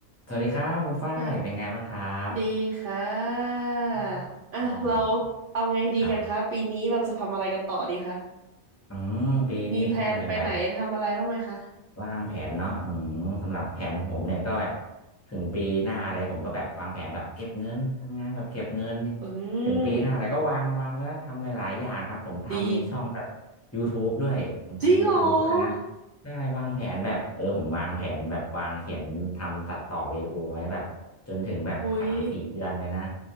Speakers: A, on the left (about 20°); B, on the right (about 60°).
A: สวัสดีครับคุณฝ้ายเป็นไงบ้างครับ
B: อ่ะดีค่ะ
A: อ
B: อ่ะเรา
A: อ๋อครับ
B: เอาไงดีกันคะปีนี้เราจะทำอะไรกันต่อดีคะ
A: ครับอืมปีนี้ใช่เป็นแบบ
B: มีแพลนไปไหนทำอะไรบ้างไหมคะ
A: วางแผนเนาะอืมสำหรับแผนของผมเนี่ยก็แบบถึงปีหน้าอะไรผมก็แบบวางแผนแบบเก็บเงินทำงานแบบเก็บเงินนี่
B: อืม
A: ถึงปีหน้าแต่ก็วางวางไว้แล้วทำหลายๆอย่างครับผมทำในช่องแบบ
B: ดี
A: YouTube ด้วยผมทำ
B: จริงเหรอ
A: YouTube ด้วยนะได้วางแผนแบบเออผมวางแผนแบบวางเขียนทำตัดต่อวิดีโอไว้แบบจนถึงแบบสามสี่เดือนเลยนะ
B: อุ้ย